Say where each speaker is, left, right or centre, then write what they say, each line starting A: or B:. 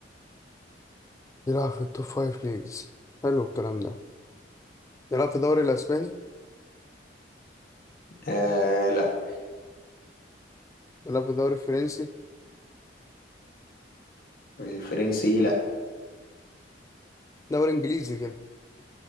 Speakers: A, on the left; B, on the left.
A: بيلعب في التوب فايف ليجز حلو الكلام ده بيلعب في الدوري الأسباني
B: آه لا
A: بيلعب في الدوري الفرنسي
B: الفرنسي لا
A: دوري إنجليزي كده